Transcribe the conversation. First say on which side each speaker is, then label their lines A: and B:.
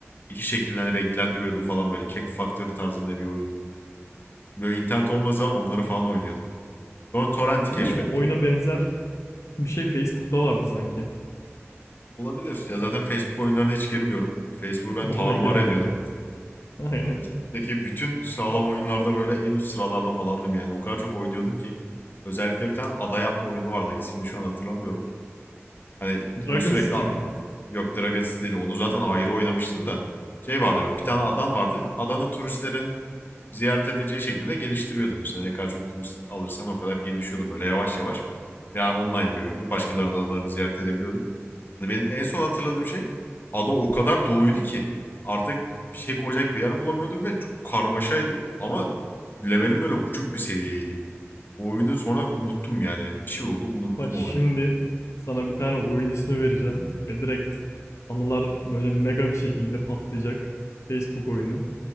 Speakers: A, on the left (about 45°); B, on the left (about 80°).
A: Keki şekillen renklendiriyordum falan böyle. Kek Factory tarzında bir oyundu. Böyle internet olmadığı zaman onları falan oynuyordum. Sonra Torrent'i keşfettim.
B: Biliyorum o oyuna benzer bir şey Facebook'ta vardı sanki.
A: Olabilir. Ya zaten Facebook oyunlarına hiç girmiyorum. Facebook'u
B: <laughs>
A: ben
B: Ona
A: tarumar
B: girme
A: ediyordum.
B: ya. <laughs> Aynen.
A: Evet. Peki bütün sağlam oyunlarda böyle en üst sıralarda falandım yani. O kadar çok oynuyordum ki. Özellikle bir tane ada yapma oyunu vardı. İsmini şu an hatırlamıyorum. Hani
B: Dragon
A: böyle sürekli
B: City
A: a-
B: mi?
A: yok Dragon Steel onu zaten ayrı oynamıştım da. Şey vardı bir tane adan vardı. Adanı turistlerin ziyaret edeceği şekilde geliştiriyordun işte. Ne kadar çok turist alırsan o kadar gelişiyordu böyle yavaş yavaş. Yani online bir oyundu. Başkalarının adalarını ziyaret edebiliyordun. Yani benim en son hatırladığım şey ada o kadar doluydu ki artık bir şey koyacak bir yer bulamıyordum ve çok karmaşaydı. Ama levelim böyle uçuk bir seviyeydi. O oyunu sonra unuttum yani. Bir şey oldu unuttum
B: Bak şimdi
A: o oyunu.
B: sana bir tane oyun ismi vereceğim ve direkt anılar böyle mega bir şekilde patlayacak. Facebook oyunu.